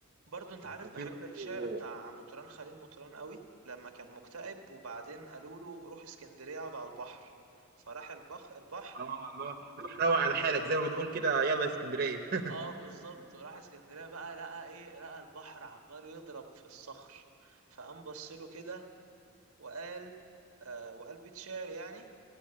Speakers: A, on the right; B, on the right.
A: برضو انت عارف
B: وفي
A: بحب
B: برضو
A: الشعر بتاع مطران خليل مطران قوي لما كان مكتئب وبعدين قالوا له روح اسكندرية اقعد على البحر فراح البخ البحر
B: اه اللي هو روح روق على حالك زي ما بنقول كده يلا يا اسكندريه <laughs>
A: اه بالظبط وراح اسكندرية بقى لقى ايه لقى البحر عمال يضرب في الصخر فقام بص له كده وقال آه وقال بيت شعر يعني